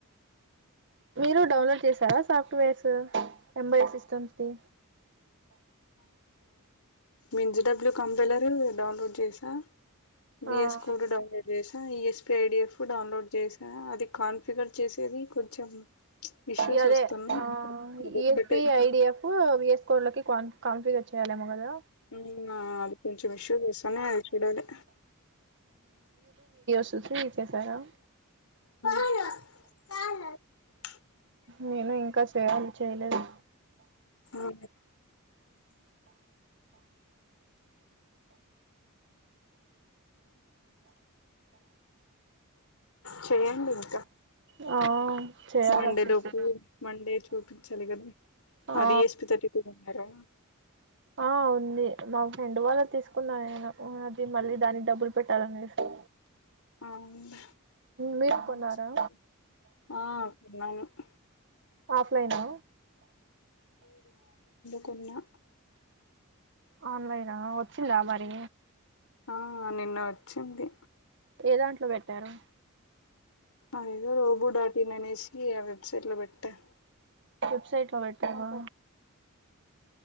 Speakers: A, on the right; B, on the left.
A: మీరు డౌన్లోడ్ చేసారా సాఫ్ట్వేర్స్ ఎంబెడెడ్ సిస్టమ్ కు
B: మీన్జడబ్ల్యూ కంపైలరు డౌన్లోడ్ చేసిన వి
A: ఆ
B: ఎస్ కోడ్ డౌన్లోడ్ చేసా ఈఎస్పి ఐడిఎఫ్ డౌన్లోడ్ చేసా అది కాన్ఫిగర్ చేసేది కొంచెం ఇష్యూస్
A: ఇ అదే
B: వస్తున్నాయి
A: ఆ
B: అదొక్కటే
A: ఈఎస్పి ఐడిఎఫ్ విఎస్ కోడ్ లోకి కాన్ కన్ఫిగర్ చేయలేమో కదా
B: మ్ ఆ అది కొంచెం ఇష్యూ చేస్తానే అది చూడాలి
A: సచేసేసి చేసారా
B: <unintelligible>
A: నేను ఇంకా చేయాలి చేయలేదు
B: మ్హు <inaudible> చేయండి ఇంకా
A: ఆ చేయాలి
B: మండే
A: వచ్చేసి
B: లోపు మండే చూపించాలి కదా
A: ఆ
B: అది ఎస్పి తర్టీ టూ ఉన్నారా
A: ఆ ఉంది మా ఫ్రెండ్ వాళ్ళది తీసుకున్నా నేను అ అది మళ్ళీ దానికి డబ్బులు పెట్టాలనేసి
B: అవున
A: మీరు
B: మ్
A: కొన్నారా
B: హు ఆ <unintelligible>
A: ఆఫ్లైనా
B: కున్ను
A: ఆన్లైనా వచ్చిందా మరి
B: ఆ నిన్న వచ్చింది
A: ఏ దాంట్లో పెట్టారు
B: అదేదో రోబు డాట్ ఇన్ అనేసి ఆ వెబ్సైట్ లో పెట్టా
A: వెబ్సైట్ల బెట్టావ